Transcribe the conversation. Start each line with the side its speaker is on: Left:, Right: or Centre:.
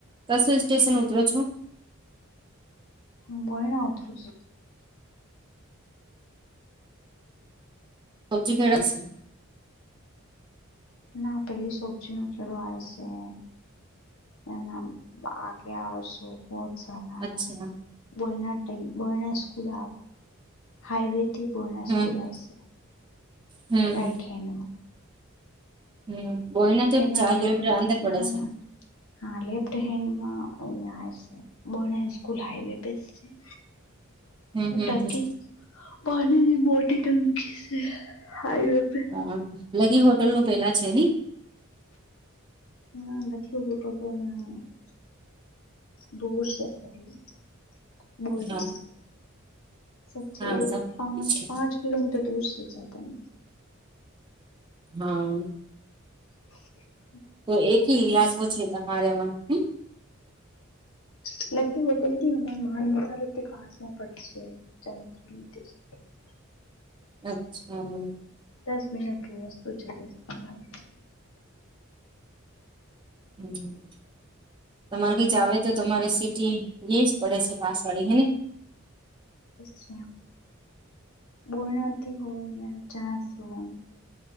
Right: કશું સ્ટેશન ઉતરો છો <unintelligible>
Left: હુ બયણા ઊતરું છુ
Right: સબ્જીી કેડા છે <unintelligible>
Left: ના પેલી સોબજી નું ખેડું આવે છે <unintelligible> ના ના આગે આવ શું બહુ સારા <inaudible>
Right: અચ્છા
Left: બણા બણા સ્કૂલ હાઈવે <unintelligible> તે બના
Right: હમ
Left: સ્કૂલ છે
Right: હમ
Left: રાઈટ હેન્ડમાં <unintelligible>
Right: હમ બોહીને તો
Left: એના
Right: ચાર
Left: ના
Right: કિલોમીટર અંદર પડે છે
Left: ના
Right: <unintelligible>
Left: હા લેફ્ટ હેન્ડમાં અયા છે બો સ્કૂલ હાઈવે છે <unintelligible>
Right: <inaudible> <inaudible> હમ
Left: ટંકી
Right: હમ
Left: પાણીની મોટી ટંકી છે હાાઈવે પે
Right: મ લગી હોટલ નું પેલા છે ને
Left: ના લખી તો તોને <unintelligible> દો શ થડી મૂનાનું
Right: હા
Left: <unintelligible> સ છે
Right: હા સમજ
Left: પાંચ
Right: ગઈ છે
Left: પાંચ કિલોમીટર દૂર જદ ન <unintelligible>
Right: હા
Left: <inaudible> <inaudible>
Right: તો એકી ઈલાકો છે તમારેમાં હ <unintelligible>
Left: હ લકી બ બોલતી અમા માન મથા રહેતી <unintelligible> <inaudible>
Right: અચ્છા <inaudible>
Left: દસ મિનિટ વસ્તુ છે દસ પંદર મિન <unintelligible>
Right: હમ તમારે કઈ જ આવે તો તમારે સિટી લે જ પડે છે પાસવાળી હેને <unintelligible>
Left: હ બનાથી હોય ચ <unintelligible>